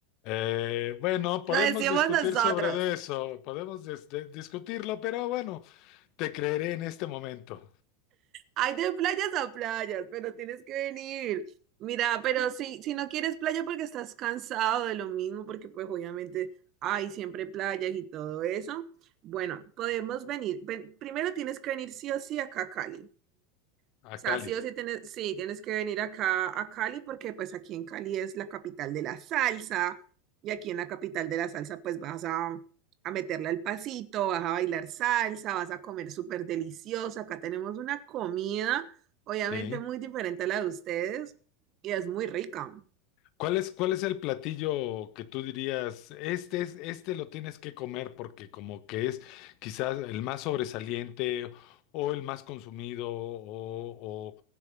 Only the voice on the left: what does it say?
Eh, bueno, podemos
discutir
sobre de eso, podemos des- de- discutirlo, pero bueno, te creeré en este momento.
A
Cali.
Sí.
¿Cuál es, cuál es el platillo que tú dirías, este es, este lo tienes que comer porque como que es quizás el más sobresaliente o el más consumido o, o-